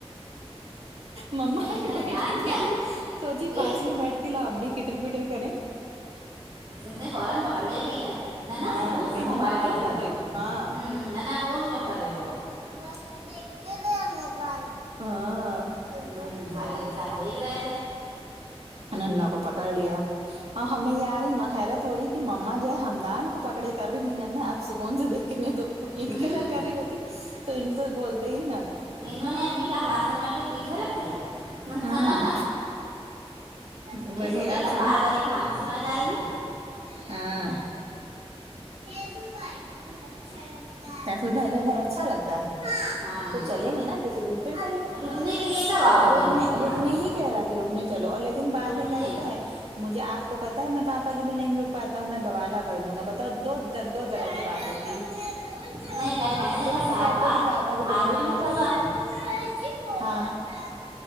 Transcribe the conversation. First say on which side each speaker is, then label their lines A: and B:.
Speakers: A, on the right; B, on the right.
A: مما
B: نہیں اس نے
A: بیٹھی
B: دھیان دیا
A: بیٹھی سوچی
B: کہ
A: پاس ہی بیٹھ کے ل لاؤں گی کیتنے پٹر کریں
B: اس نے فوران پک کر لیکن نانا
A: ہاں
B: سکون
A: کہیں
B: سے موبائل
A: نہ کیوں
B: دیکھنے
A: کر
B: دو
A: رہی
B: ہوں
A: ہو ہاں
B: ام نانا فون کیوں کر رہی ہو
A: صبح تو دیکھتے گئے ہم موبل ہاں صبح
B: ہوں بھائی
A: سے
B: کے ساتھ دیکھ رہے تھے
A: نانا کو پکڑ لیا ہمیں ی رہی حیرت ہو رہی مما جو ہے ہمدان کو پکڑے کر رہی تھی نانا اب سکون سے دیکھنے تو ان
B: ہوں
A: کے ساتھ کر رہی ہوتی تو ان تو بولتے ہی نا
B: انہوں نے امی کا ہاتھ سمیٹ کے پیچھے رکھ دیا اہ
A: ہاں
B: اہ اہ
A: وہی
B: یہ سوچ رہا
A: آج
B: تھا
A: صبح
B: بار بار یہ کہانی سنائی جا رہی ہے
A: ہاں تیفو بھائی کا گھر اچھا لگتا ہے تفو بھائی کے گھر اچھا لگتا ہے ھ
B: ہاں
A: تو چلیں گے نا کسی دن پھر چلیں گے
B: رکنے کے لیے کب آؤ گے
A: رکنے
B: بھیا یہاں
A: رکنے ہی کہہ رہا کہ رکنے چلو اور لیکن بعد
B: رکنے
A: میں کیا دیتا
B: ہوں
A: ہے مجھے آ کو پتا ہے میں پا بھی نہیں رکاتا ہوں میں بوالا کر دوں گا ب ترد و درد و درد کی بات ہوتی ہے
B: نہیں کل کہنے لگا
A: تو تم
B: صاف
A: کہتے
B: بات
A: ہو کہ پاپا کے
B: آج
A: بنا
B: میں
A: رک
B: رکوں
A: نہیں پاتے
B: گا
A: میں ج بہاتھا